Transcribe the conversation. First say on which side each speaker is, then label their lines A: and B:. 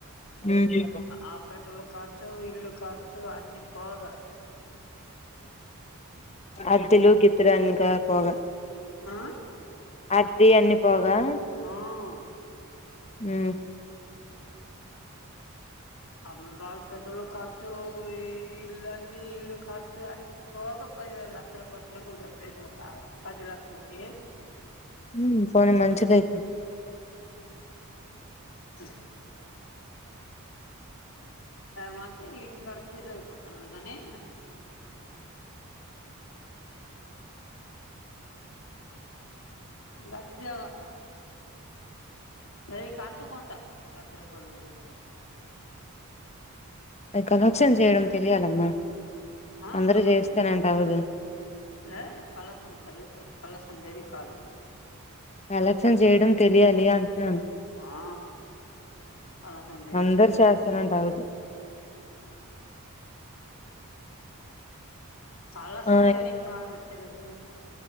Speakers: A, on the left; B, on the left.
A: ఉహు
B: ఆ పెట్రోల్ ఖర్చు ఇల్ ఖర్చు అన్ని పోగ
A: అద్దిలు గీద్దులు అన్ని పోగా
B: ఆ
A: అద్ది అన్ని పోగా
B: ఆ అ
A: హమ్
B: <unintelligible> పెట్రోల్ఖర్చు ఇల్లు అద్ది ఇల్లుఖర్చు అ అన్ని పోగ పది లక్ష రపాయ నికులు పది లక్షలకి
A: ఉమ్ పోనీ మంచిదయితే
B: అ ఏమంతే ఇంటికాడ చీర అయిపోతున్నారు కనీ దర్జాగా సై కంటు కొంట లక్ష రూపాయలున్నకుంట
A: కలెక్షన్ చేయడం తెలియాలమ్మా
B: ఆ
A: అందరూ
B: కళసనా
A: చేస్తానంటే అవ్వదు
B: లే కళసం పెరుగుతాది కస అందేని కాదు
A: కలెక్షన్ చేయడం తెలియాలి అంటున్నాను
B: ఆ కలసం దేనికి
A: అందరు
B: తెలియదు
A: చేస్తారంటే అవ్వదు
B: పలసం
A: ఆ
B: దేని కాద తెలుగు